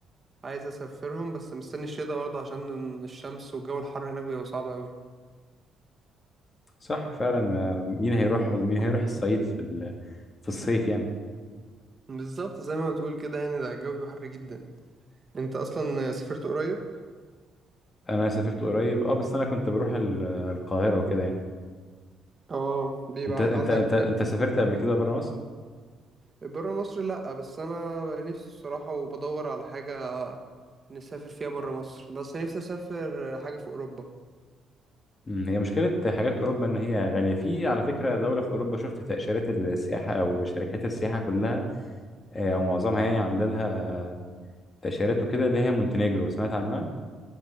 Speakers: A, on the right (about 35°); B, on the left (about 35°).
A: عايز اسافرهم بس مستني الشتا برضه عشان الشمس والجو الحر هناك بيبقى صعب قوي
B: صح فعلا آه، مين هيروح مين هيروح الصعيد في ال... في الصيف يعني
A: بالظبط زي ما بتقول كده يعني ده الجو بيبقى حر جدا انت اصلا سافرت قريب
B: انا سافرت قريب اه بس انا كنت بروح ال- القاهرة وكده يعني
A: اه بيبقى
B: انت انت
A: عندك
B: انت انت سافرت قبل كده بره مصر
A: بره مصر لا بس انا نفسي الصراحه وبدور على حاجه نسافر فيها بره مصر بس نفسي اسافر حاجه في اوروبا
B: امم، هي مشكله حاجات اوروبا ان هي غاليه في على فكره دوله في اوروبا شفت تاشيرات السياحه او شركات السياحه كلها آه، او معظمها يعني عامله لها تاشيرات وكده اللي هي مونتينيجرو سمعت عنها